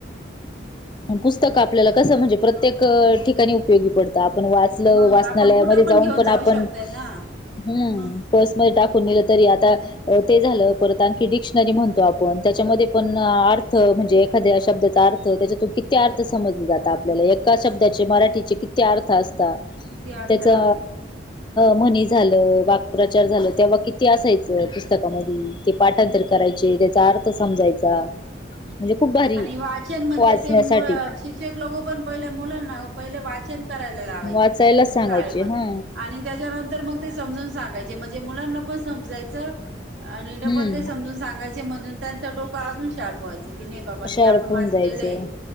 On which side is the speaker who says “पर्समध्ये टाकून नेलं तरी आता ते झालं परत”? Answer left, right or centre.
Left